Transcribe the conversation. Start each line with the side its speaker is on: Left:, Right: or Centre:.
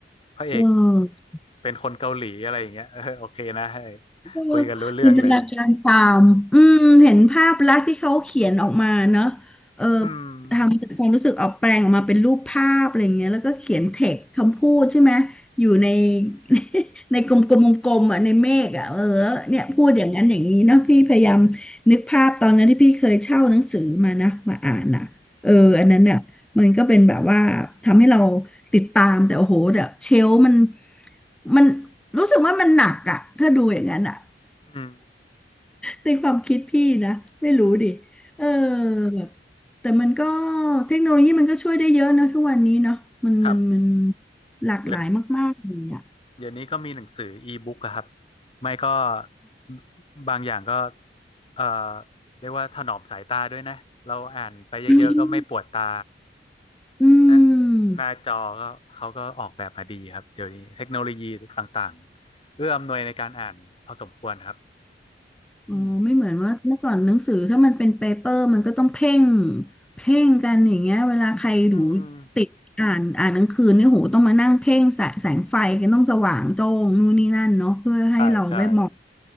Left: พระเอก
Centre: เออ
Left: เป็นคนเกาหลีอะไรอย่างเงี้ยเออโอเคนะให้
Centre: เออ
Left: คุยกันรู้เรื่องเลย
Centre: จินตนาการตามอืมเห็นภาพลักษณ์ที่เขาเขียนออกมาเนอะเออ
Left: อืม
Centre: ทำจากความรู้สึกออกแปลงออกมาเป็นรูปภาพอะไรอย่างเงี้ยแล้วก็เขียนเทคคำพูดใช่ไหมอยู่ใน <laughs> ในกลมๆกลมๆอ่ะในเมฆอ่ะเออเนี่ยพูดอย่างนั้นอย่างนี้เนอะพี่พยายามนึกภาพตอนนั้นที่พี่เคยเช่าหนังสือมานะมาอ่านอ่ะเอออันนั้นเนี่ยมันก็เป็นแบบว่าทำให้เราติดตามแต่โอ้โหแบบเชลฟ์มันมันรู้สึกว่ามันหนักอ่ะถ้าดูอย่างนั้นอ่ะ
Left: อืม
Centre: ในความคิดพี่นะไม่รู้ดิเออแบบแต่มันก็เทคโนโลยีมันก็ช่วยได้เยอะนะทุกวันนี้เนาะมันมันมัน
Left: ครับ
Centre: หลากหลายมากๆเลยอ่ะ
Left: เดี๋ยวเดี๋ยวนี้ก็มีหนังสืออีบุ๊กครับไม่ก็บบางอย่างก็เอ่อเรียกว่าถนอมสายตาด้วยนะเราอ่านไปเยอะๆก็ไม่ปวดตา
Centre: อืมอื
Left: นะหน้าจอก็เขาก็ออกแบบมาดีครับเดี๋ยวนี้เทคโนโลยีต่างๆเอื้ออำนวยในการอ่านพอสมควรครับ
Centre: มอ๋อไม่เหมือนว่าเมื่อก่อนหนังสือถ้ามันเป็นเปเปอร์มันก็ต้องเพ่ง
Left: อืม
Centre: เพ่งกันอย่างเงี้ยเวลาใครดู
Left: อืม
Centre: ติดอ่านอ่านหนังสือเนี่ยโหต้องมานั่งเพ่งแสแสงไฟกันต้องสว่างโจ้งนู่นนี่นั่นเนาะเพื่อให้เราได้มอง
Left: ใช่ใช่